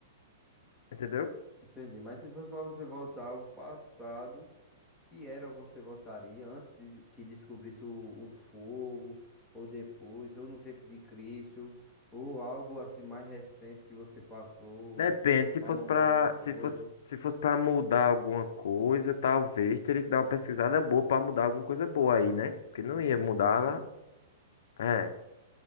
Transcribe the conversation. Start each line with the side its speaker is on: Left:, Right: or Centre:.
Left: entendeu?
Centre: Entendi. Mas se fosse para você voltar ao passado, que era você votaria antes de que descobrisse o, o fogo, ou depois, ou no tempo de Cristo, ou algo assim mais recente que você passou
Left: Depende, se
Centre: para
Left: fosse
Centre: mudar
Left: pra,
Centre: alguma coisa
Left: se fosse, se fosse para mudar alguma coisa, talvez teria que dar uma pesquisada boa pra mudar alguma coisa boa aí, né? Porque não
Centre: no
Left: ia
Centre: mundo,
Left: mudar lá.
Centre: né?
Left: É.